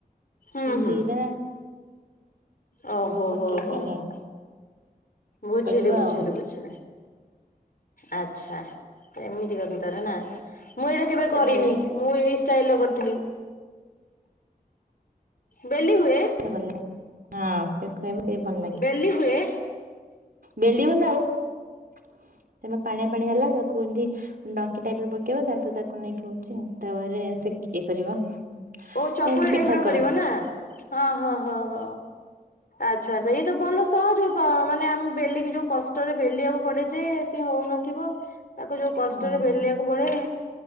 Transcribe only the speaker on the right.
ଜିରା।
ସବୁ ପକେଇକି
କରିବା
ଆଉ
ସେ
ଭଲ
ଭଲ ଲାଗେ ହଁ ସେ ଖୁହବ ସେ ଭଲ ଲାଗେ।
ବେଲିବ ନା ଆଉ ତମ ପାଣିଆ ପାଣି ହେଲା ତାକୁ ଏମତି। ଡଙ୍କି ଟାଇପ ରେ ପକେଇବା ୟାକୁ ତାକୁ ନେଇକି ହଉଛି ତାୱା ରେ ସେ ଇଏ କରିବ।
ସେମିତି
ପିଠା
କର?
ହୁଁ